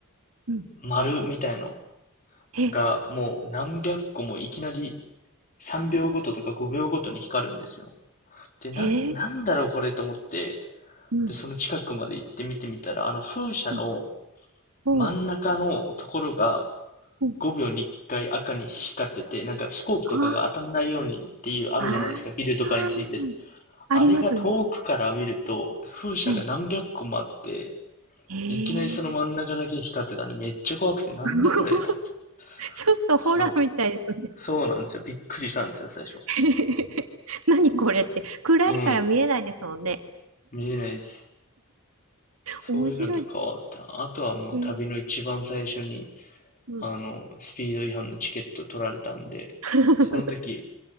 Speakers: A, on the right; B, on the left.
A: うん。
B: 丸みたいの
A: え、
B: がもう何百個もいきなり3秒ごととか5秒ごとに光るんですよ。で、なん、
A: えー、
B: なんだろうこれと思って、
A: うん、
B: で、その近くまで行って見てみたら、あの風車の
A: うん、うん、
B: 真ん中のところが
A: うん。
B: 5秒に1回赤に光ってて、なんか飛行機とかが当たんないようにっていうあるじゃないですか、
A: ああ、あー
B: ビルとかについてる。
A: ありますね。
B: あれが遠くから見ると、風車が何百個もあって、
A: うん。ええー、
B: いきなりその真ん中だけ光ってたんで、めっちゃ怖くて、なんだこれと思って。
A: <laughs> ちょっとホラーみたいですね。
B: そう。そうなんですよ。びっくりしたんですよ、最初。
A: <laughs> 何これって。暗いから見えないですもんね。
B: うん。見えないし。そういうのとかはあった。
A: 面白い。
B: あとはもう旅の一番最初に、
A: え、うん。
B: あの、スピード違反のチケット取られたんで、
A: <laughs>
B: でその時、